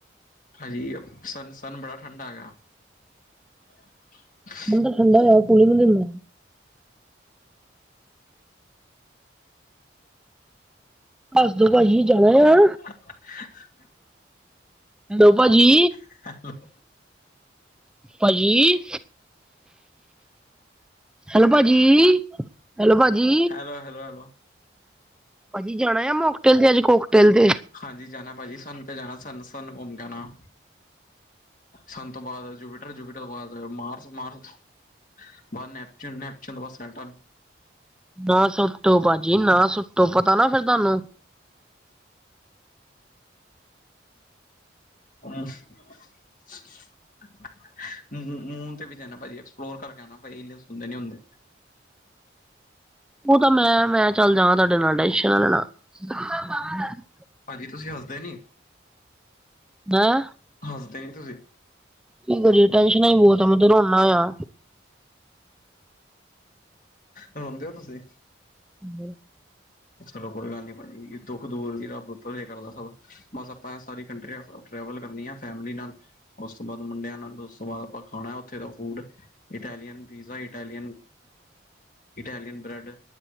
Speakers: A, on the left; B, in the centre.
A: ਹਾਂਜੀ, ਸਨ, ਸਨ ਬੜਾ ਠੰਡਾ ਹੈਗਾ। <inaudible>
B: ਹੁਨ ਤੇ ਠੰਡਾ ਹੋਇਆ, ਕੂਲਿੰਗ ਨੀ ਦੇਂਦਾ। ਦਸ ਦੋ ਭਾਜੀ ਜਾਣਾ ਆ
A: <unintelligible>
B: ਡੋ ਭਾਜੀ
A: ਹ <unintelligible>
B: ਭਾਜੀ ਹੈਲੋ ਭਾਜੀ ਹੈਲੋ ਭਾਜੀ
A: ਹੈਲੋ ਹੈਲੋ ਹੈਲੋ
B: ਭਾਜੀ ਜਾਣਾ ਆ ਮੋਕਟੇਲ ਤੇ ਅੱਜ ਕੋਕਟੇਲ ਤੇ
A: ਹਾਂਜੀ ਜਾਣਾ ਭਾਜੀ ਸਾਨੂੰ ਤਾਂ ਜਾਣਾ ਸਾਨੂੰ ਸਾਨੂੰ ਘੁੰਮ ਕੇ ਆਣਾ ਸੰਨ ਤੋਂ ਬਾਅਦ ਜੂਬੀਟਰ ਜੂਬੀਟਰ ਤੋਂ ਬਾਅਦ ਮਾਰਸ ਮਾਰਸ <unintelligible> ਨੈਪਚੂਨ ਨੈਪਚਊਨ ਤੋਂ ਬਾਦ ਸਲਟਨ
B: ਨਾ ਸੁੱਟੋ ਭਾਜੀ ਨਾ ਸੁੱਟੋ ਪਤਾ ਨਾ ਫਿਰ ਤੁਹਾਨੂੰ
A: ਅ <unintelligible> ਮੂਨ ਤੇ ਵੀ ਜਾਣਾ ਭਾਜੀ ਐਕਸਪਲੋਰ ਕਰਕੇ ਆਣਾ ਹੁੰਦੇ ਨੀ ਹੁੰਦੇ
B: ਉਹ ਤਾਂ ਮੈਂ ਮੈਂ ਚੱਲ ਜਾਵ ਤੁਹਾਡੇ ਨਾਲ ਟੈਸ਼ਨ ਨਾ ਲੈਣਾ ਬਾਹ <unintelligible>
A: ਭਾਜੀ ਤੁਸੀਂ ਹੱਸਦੇ ਨੀ
B: ਹ <unintelligible>
A: ਹੱਸਦੇ ਨੀ ਤੁਸੀਂ
B: ਕੀ ਕਰੀਏ ਟੈਨਸ਼ਨਾਂ ਹੀ ਬਹੁਤ ਏ ਮੈਂ ਤਾਂ ਰੋਨਾ ਆ
A: ਰੋਂਦੇ ਹੋ ਤੁਸੀਂ
B: ਹਾਂ
A: ਚਲੋ ਕੋਈ ਗੱਲ ਨੀ ਭਾਜੀ ਦੁੱਖ ਦੂਰ ਵੀ ਰੱਬ ਉੱਪੇ ਕਰਦਾ ਸਭ ਬਸ ਆਪਾਂ ਸਾਰੀ ਕੰਟ੍ਰਿਆ ਟਰੈਵਲ ਕਰਨੀ ਆ ਫੈਮਲੀ ਨਾਲ ਉਸ ਤੋਂ ਬਾਅਦ ਮੁੰਡਿਆ ਨਾਲ ਉਸ ਤੋਂ ਬਾਅਦ ਆਪਾਂ ਖਾਣਾ ਉੱਥੇ ਦਾ food Italian pizza Italian Italian bread